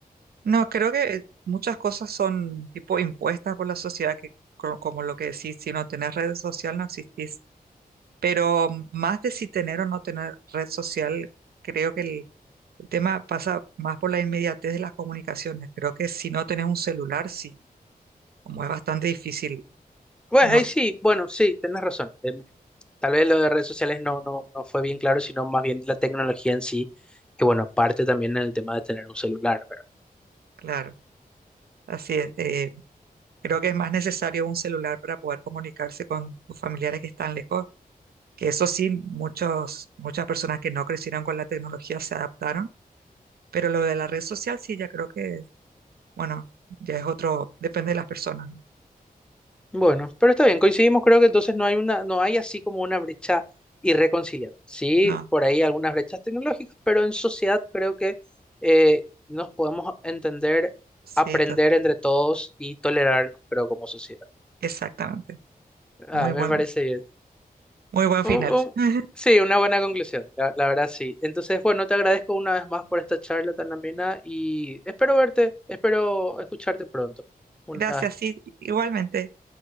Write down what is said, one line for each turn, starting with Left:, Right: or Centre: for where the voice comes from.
Right: No, creo que muchas cosas son tipo impuestas por la sociedad, que co- como, lo que decís, si no tenés redes sociales no existís. Pero más de si tener o no tener red social, creo que el, el tema pasa más por la inmediatez de las comunicaciones. Creo que si no tenés un celular, sí, como es bastante difícil,
Centre: Bueno,
Right: no,
Centre: ahí sí, bueno, sí, tenés razón. Em, Tal vez lo de redes sociales no, no, no fue bien claro, sino más bien la tecnología en sí, que bueno, parte también en el tema de tener un celular, ¿verdad?
Right: claro, así es. eh, creo que es más necesario un celular para poder comunicarse con tus familiares que están lejos, que eso sí, muchos, muchas personas que no crecieron con la tecnología se adaptaron, pero lo de la red social sí, ya creo que, bueno, ya es otro, depende de las personas, ¿no?
Centre: Bueno, pero está bien, coincidimos, creo que entonces no hay una, no hay así como una brecha irreconciliable. Sí,
Right: No,
Centre: por ahí algunas brechas tecnológicas, pero en sociedad creo que eh, nos podemos entender,
Right: sí,
Centre: aprender
Right: to-
Centre: entre todos y tolerarnos, creo, como sociedad.
Right: exactamente.
Centre: Ah,
Right: Muy
Centre: me
Right: buen,
Centre: parece bien.
Right: muy buen
Centre: U-
Right: final.
Centre: u-
Right: <laughs>
Centre: sí, una buena conclusión, la, la verdad sí. Entonces, bueno, te agradezco una vez más por esta charla tan amena y espero verte, espero escucharte pronto. Una
Right: Gracias,
Centre: vez más.
Right: sí, igualmente.